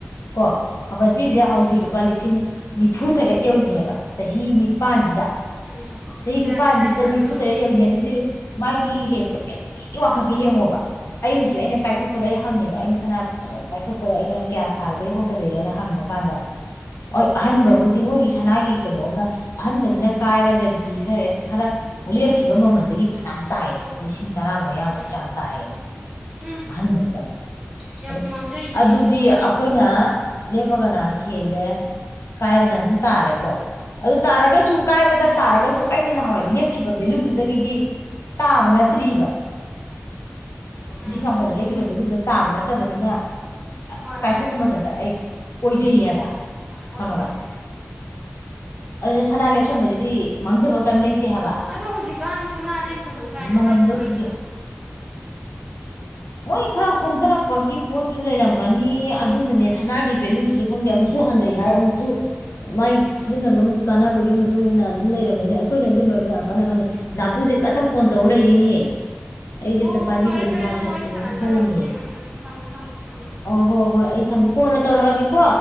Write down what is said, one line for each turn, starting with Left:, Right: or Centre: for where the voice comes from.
Left: ꯀꯣ ꯃꯥꯄꯟ ꯄꯤꯔꯤꯁꯦ ꯍꯧꯖꯤꯛ
Right: ꯎꯝ
Left: ꯂꯨꯄꯥ ꯂꯤꯁꯤꯡ ꯅꯤꯐꯨꯇꯔꯦꯠ ꯌꯧꯔꯤꯅꯦꯕ ꯆꯍꯤ ꯅꯤꯄꯟꯁꯤꯗ
Right: ꯎꯝ
Left: ꯆꯍꯤ
Right: ꯀꯌꯥ
Left: ꯅꯤꯄꯥꯟꯁꯤꯗ
Right: ꯈꯦꯠꯅꯈ꯭ꯔꯅꯣ
Left: ꯅꯤꯐꯨꯇꯔꯦꯠ
Right: ꯌꯦꯡꯉꯣ
Left: ꯌꯧꯔꯤꯅꯤ ꯑꯗꯨꯗꯤ ꯃꯥꯒꯤ ꯔꯦꯠꯁꯦ ꯀꯌꯥꯝ ꯊꯤ ꯋꯥꯡꯈꯠꯀꯦ ꯌꯦꯡꯉꯣꯕ ꯑꯩ ꯍꯧꯖꯤꯛ ꯑꯩꯅ ꯀꯥꯏꯊꯣꯛꯄꯗ
Right: ꯃꯥꯅꯦ
Left: ꯑꯩ ꯍꯪꯉꯦꯕ ꯑꯩꯅ ꯁꯅꯥ ꯑ ꯀꯥꯏꯊꯣꯛꯄꯗ ꯑꯩꯅ ꯀꯌꯥ ꯁꯥꯒꯗꯒꯦ ꯈꯣꯠꯀꯗꯒꯦꯅ ꯍꯪꯕ ꯀꯥꯟꯗ ꯑ ꯑꯍꯟꯕꯕꯨꯗꯤ ꯃꯣꯏꯒꯤ ꯁꯅꯥꯒꯤ ꯀꯩꯅꯣꯝꯅ ꯑꯍꯟꯕꯁꯤꯅ ꯀꯥꯏꯔꯒꯗꯤ ꯈꯔ ꯈꯔ ꯂꯦꯞꯈꯤꯕ ꯃꯃꯜꯗꯒꯤ ꯐꯅꯌꯥꯝ ꯇꯥꯏꯌꯦꯕ ꯂꯤꯁꯤꯡ ꯇꯔꯥ ꯃ ꯌꯥꯃꯨꯛꯀꯤ
Right: ꯎꯝ
Left: ꯆꯥꯡ ꯇꯥꯏꯌꯦꯕ
Right: ꯎꯝ
Left: ꯑꯍꯟꯕꯁꯤꯗ
Right: ꯌꯥꯝ
Left: ꯑꯁ
Right: ꯃꯥꯡꯖꯩꯅꯦ
Left: ꯑꯗꯨꯗꯤ ꯑꯩꯈꯣꯏꯅ ꯂꯦꯞꯄꯒꯅ ꯍꯦꯜꯂꯦ ꯀꯥꯏꯔꯒꯅ ꯑꯗꯨꯝ ꯇꯥꯔꯦꯀꯣ ꯑꯗꯨ ꯇꯥꯔꯒꯁꯨ ꯀꯥꯏꯕꯗ ꯇꯥꯔꯒꯁꯨ
Right: ꯎꯝ
Left: ꯑꯩꯅ ꯅꯍꯥꯟꯋꯥꯏ ꯂꯦꯞꯈꯤꯕ ꯚꯦꯂꯨꯗꯨꯗꯒꯤꯗꯤ ꯇꯥꯕ ꯅꯠꯇ꯭ꯔꯤꯕ
Right: ꯎꯝ
Left: ꯂꯤꯁꯤꯡ ꯃꯥꯄꯟꯗ ꯂꯦꯞꯈꯤꯕ ꯚꯦꯂꯨꯗꯨꯗ ꯇꯥꯕ ꯅꯠꯇꯕꯅꯤꯅ ꯀ
Right: ꯍꯣꯏ ꯍꯣꯏ
Left: ꯀꯥꯏꯊꯣꯛꯄ ꯃꯇꯝꯗ ꯑꯩ ꯑꯣꯏꯖꯩꯌꯦꯕ
Right: ꯍꯣꯏ
Left: ꯈꯪꯉꯕ
Right: ꯍꯣꯏ
Left: ꯑꯗꯨꯅ ꯁꯅꯥ ꯂꯦꯞꯁꯟꯕꯗꯨꯗꯤ ꯃꯥꯡꯖꯕ ꯀꯩꯝ ꯂꯩꯇꯦ ꯍꯥꯏꯕ
Right: ꯑꯗꯣ ꯍꯧꯖꯤꯛꯀꯥꯟ ꯁꯅꯥ ꯂꯦꯞꯀꯅꯨ ꯀꯥꯏꯅ
Left: ꯃꯃꯟꯗꯣ
Right: ꯍꯥꯏꯗꯨꯣ
Left: ꯍꯧꯖꯤꯛꯇꯤ
Right: ꯀꯩꯅꯣ
Left: ꯃꯣꯏ ꯈꯔ ꯍꯣꯡꯊꯔꯛꯄꯒꯤ ꯄꯣꯠꯁꯨ ꯂꯩꯔꯝꯒꯅꯤ ꯑꯗꯨꯅꯅꯦ ꯁꯅꯥꯒꯤ ꯚꯦꯂꯨꯁꯦ ꯈꯪꯗꯦ ꯑꯃꯨꯛꯁꯨ ꯍꯟꯊꯩ ꯍꯥꯏ ꯑꯃꯨꯛꯁꯨ ꯃꯥꯏ ꯁꯤꯖꯤꯟꯅꯕ ꯀꯥꯟꯅꯕꯒꯤ ꯃꯇꯨꯡ ꯃꯇꯨꯡꯏꯟꯅ ꯑꯗꯨꯝ ꯂꯩꯔꯝꯒꯅꯤ ꯑꯩꯈꯣꯏꯅ ꯑꯗꯨꯒꯤ ꯃꯔꯝꯗ ꯌꯥꯝ ꯀꯟꯅ ꯈꯪꯗꯦ ꯅꯥꯄꯨꯁꯦ ꯀꯟꯅ ꯐꯣꯟ ꯇꯧꯔ ꯂꯩꯔꯤꯅꯦꯍꯦ ꯑꯩꯁꯦ
Right: ꯍꯣ
Left: ꯑꯝꯇ
Right: ꯍꯣ
Left: ꯄꯥꯏꯕꯤꯗꯗꯤ
Right: ꯐꯔꯦ ꯐꯔꯦ
Left: ꯃꯥꯁꯦ
Right: ꯅꯪ ꯋꯥꯔꯤ
Left: ꯀꯩꯅꯣꯝ
Right: ꯁꯥꯟꯅꯖꯔꯣ
Left: ꯈꯜꯂꯅꯤꯑꯦ
Right: ꯑꯗꯨꯗꯤ ꯎꯝ ꯎꯝ ꯊꯝꯃꯣ ꯊꯝꯃꯣ ꯎꯝ
Left: ꯑꯣ ꯍꯣꯏ ꯍꯣꯏ ꯑꯩ ꯊꯝꯃ ꯀꯣꯟꯅ ꯇꯧꯔꯛꯑꯒꯦ ꯀꯣ